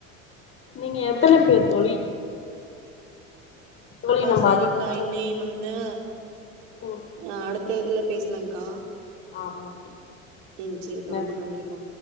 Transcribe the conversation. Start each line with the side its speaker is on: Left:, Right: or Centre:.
Left: நீங்க எத்தன பேர் தோழி தோழி
Right: அக்கா
Left: நம்ம
Right: சரிங்க
Left: அதிகமாக
Right: இனி வந்து
Left: ம்
Right: ஆஹ் அடுத் இதுல பேசலாங்க்கா
Left: ஆமா ஓகே
Right: உம் சரிக்கா
Left: நன்றி
Right: ரொம்ப நன்றிக்கா